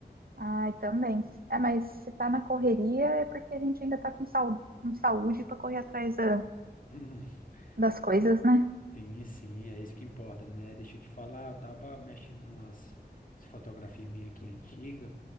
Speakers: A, on the right; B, on the left.
A: Ai, também. É, mas se tá na correria é porque a gente ainda tá com, sau- com saúde para correr atrás da-
B: <laughs>
A: das coisas, né?
B: Sim, sim, é isso que importa, né? Deixa eu te falar, eu tava mexendo numas fotografias minha aqui antiga